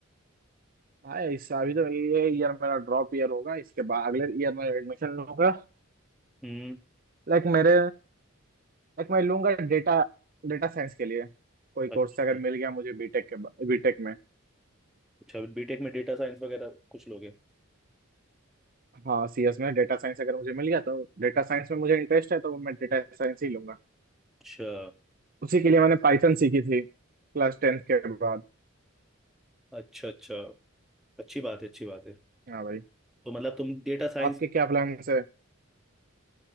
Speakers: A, on the right (about 40°); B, in the centre.
A: भाई इस अभी तो ये ईयर मेरा ड्रॉप ईयर होगा इसके बाद अगले ईयर में एडमिशन लूंगा
B: हम्म
A: लाइक मेरे एक मैं लूंगा डेटा डेटा साइंस के लिए कोई कोर्स
B: अच्छा
A: अगर मिल गया मुझे बीटेक के बीटेक में
B: अच्छा बीटेक में डेटा साइंस वगैरह कुछ लोगे
A: हाँ सीएस में डेटा साइंस अगर मुझे मिल गया तो डेटा साइंस में मुझे इंटरेस्ट है तो मैं डेटा साइंस ही लूंगा
B: अच्छा
A: उसी के लिए मैंने पाइथन सीखी थी क्लास टेंथ के बाद
B: अच्छा अच्छा अच्छी बात है अच्छी बात है
A: हाँ भाई
B: तो मतलब तुम डेटा साइंस
A: आपके क्या प्लान्स है